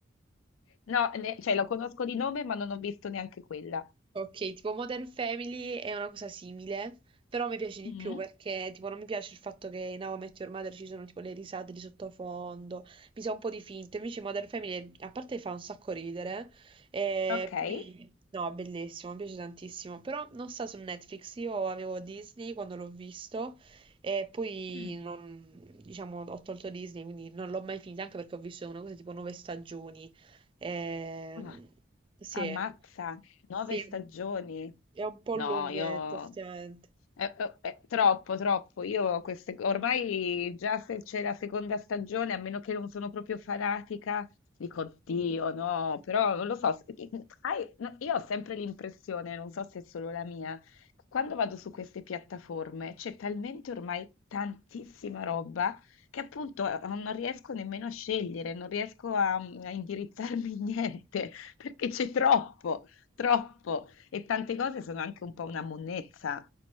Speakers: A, on the left (about 85°); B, on the right (about 25°).
A: No, ne cioè la conosco di nome, ma non ho visto neanche quella.
B: Ok, tipo Modern Family è una cosa simile, però mi piace di
A: Mh.
B: più perché tipo non mi piace il fatto che in How I Met Your Mother ci sono tipo le risate di sottofondo, mi sa un po' di finto, invece Modern Family a parte fa un sacco ridere, e
A: Okay.
B: poi no, bellissimo, mi piace tantissimo, però non sta su Netflix, io avevo Disney quando l'ho visto e poi
A: Mh.
B: non- diciamo, ho tolto Disney, quindi non l'ho mai finita anche perché ho visto una cosa tipo nove stagioni. Ehm,
A: Ah,
B: sì,
A: ammazza, 9
B: sì,
A: stagioni.
B: è un po'
A: No,
B: lunghetto,
A: io...
B: effettivamente.
A: È, è- è troppo, troppo. Io queste... ormai già se c'è la seconda stagione, a meno che non sono proprio fanatica, dico, Dio, no, però non lo so. se- Hai- no, Io ho sempre l'impressione, non so se è solo la mia, che quando vado su queste piattaforme c'è talmente ormai tantissima roba che appunto eh, non riesco nemmeno a scegliere, non riesco a, mm, a indirizzarmi in niente, <laughs> perché c'è troppo, troppo. E tante cose sono anche un po' una monnezza,